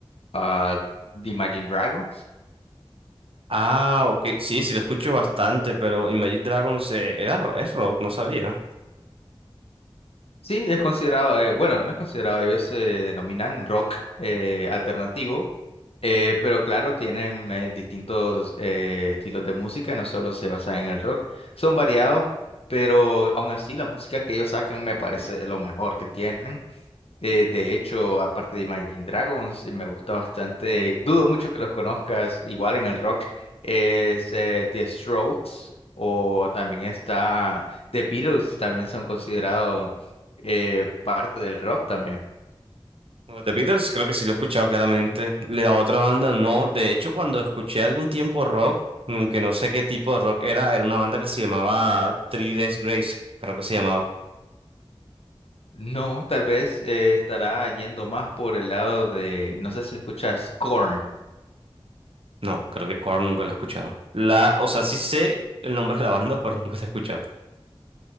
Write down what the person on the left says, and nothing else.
a Imagine Dragons.
Sí, es considerado, eh, bueno, no es considerado, ellos se denominan rock eh, alternativo, eh, pero claro, tienen eh, distintos eh, estilos de música, no solo se basan en el rock, son variados, pero aún así la música que ellos sacan me parece lo mejor que tienen. Eh, de hecho, aparte de Imagine Dragons, eh, me gusta bastante, dudo mucho que los conozcas, igual en el rock, es eh, The Strokes o también está The Beatles, también son considerados eh, parte del rock también.
No, tal vez eh, estará yendo más por el lado de, no sé si escuchas Korn.